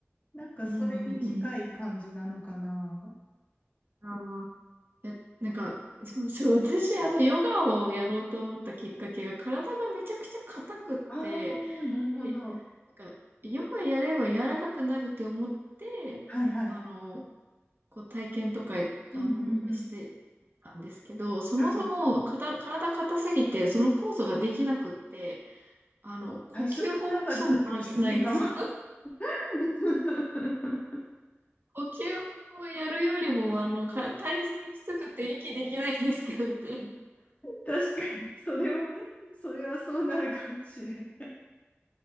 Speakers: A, on the left; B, on the right.
A: なんかそれに近い感じなのかな。
B: うんうんうん。
A: こ
B: ああ、や、なんか、そうそう。私、あの、ヨガをやろうと思ったきっかけが、体がめちゃくちゃ硬くって、
A: ああ、なるほど。
B: で、なんか、ヨガやれば柔らかくなるって思って、
A: はいはい。
B: あの、こう体験とか、
A: うんうんうん。
B: あの、して、なんですけど、そもそもかた体硬すぎて、
A: はい。
B: そのポーズができなくって、あの、呼吸法もクソもない、
A: 最初からはちょっときついかも。
B: ないです。
A: <laughs>
B: 呼吸法をやるよりも、あの、か、体勢きつくて息できないんですけど、みたいな。
A: 確かに、それは、それはそうなるかもしれん。